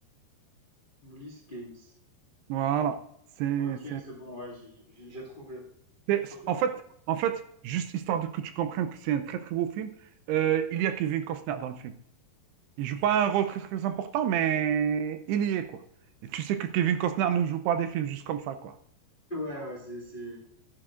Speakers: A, on the left; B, on the right.
A: Police Games.
B: Voilà. C'est,
A: Ok,
B: c'est-
A: c'est bon, ouais, j'ai j'ai- j'ai trouvé.
B: c'est-
A: Franchement,
B: En fait, en fait, juste histoire de que tu comprennes que c'est un très, très beau film, euh, il y a Kevin Costner dans le film. Il joue pas un rôle très, très important, mais il y est, quoi. Et tu sais que Kevin Costner ne joue pas des films juste comme ça, quoi.
A: ouais, ouais, c'est, c'est,